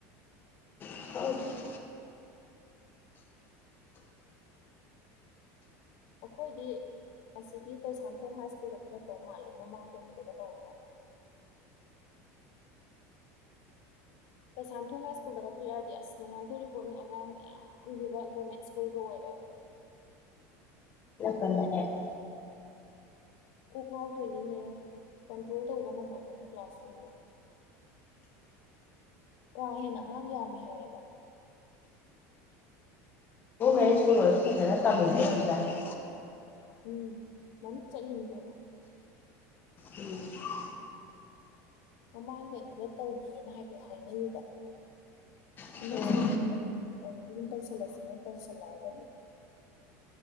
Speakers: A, on the left; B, on the left.
A: <unintelligible>
B: ꯑꯈꯣꯏꯗꯤ ꯑꯁꯤꯒꯤ ꯀꯩꯁꯥꯝꯊꯣꯡ ꯍꯥꯏ ꯁ꯭ꯀꯨꯜꯗ ꯄꯤꯔꯛꯇꯧ ꯃꯥꯜꯂꯦ ꯃꯃꯥꯡꯗ ꯑꯗꯨꯗꯒ ꯇꯧꯋꯦ ꯍꯥꯏ ꯀꯩꯁꯥꯝꯊꯣꯡ ꯍꯥꯏ ꯁ꯭ꯀꯨꯜꯗꯒ ꯄꯤꯔꯑꯗꯤ ꯑꯁ ꯅꯨꯡꯉꯥꯏꯗꯣꯔꯤ ꯄꯣꯠꯅꯤ ꯑꯉꯥꯡ ꯃꯌꯥꯝꯗꯨꯒ ꯒꯣꯔꯃꯦꯟ ꯁ꯭ꯀꯨꯜꯒ ꯑꯣꯏꯔꯦ
A: <unintelligible>
B: ꯀꯣꯛ ꯉꯥꯎꯗꯣꯏꯅꯤꯅꯦ ꯀꯟꯇ꯭ꯔꯣꯜ ꯇꯧꯕ ꯉꯝꯃꯣꯏꯗꯣꯏꯅꯦ ꯀ꯭ꯂꯥꯁꯔꯨꯝꯗꯣ ꯀꯥ ꯍꯦꯟꯅ ꯑꯉꯥꯡ ꯌꯥꯝꯃꯦ ꯍꯥꯏꯌꯦꯕ
A: <unintelligible> ꯁ꯭ꯀꯨꯜ ꯑꯣꯏꯁꯨ ꯐꯖꯅ ꯇꯝꯃꯤꯕ ꯑꯣꯏꯖꯥꯠꯅꯤ
B: ꯎꯝ ꯃꯃꯤꯡ ꯆꯠꯂꯤꯅꯤ ꯀꯩꯅꯣ
A: ꯎꯝ
B: ꯃꯃꯥꯡꯗ ꯑꯗꯨꯗ ꯇꯧꯒꯤꯅ ꯍꯥꯏꯐꯦꯠ ꯍꯥꯏꯅꯩꯕ
A: ꯎꯝ
B: ꯍꯟꯗꯛꯁꯨ ꯑꯗꯨꯝ ꯇꯧꯈꯤꯝ ꯑꯗꯨꯝ ꯇꯧꯁꯤꯜꯂꯁꯦꯅ ꯇꯧꯁꯜꯂꯑꯒꯗꯤ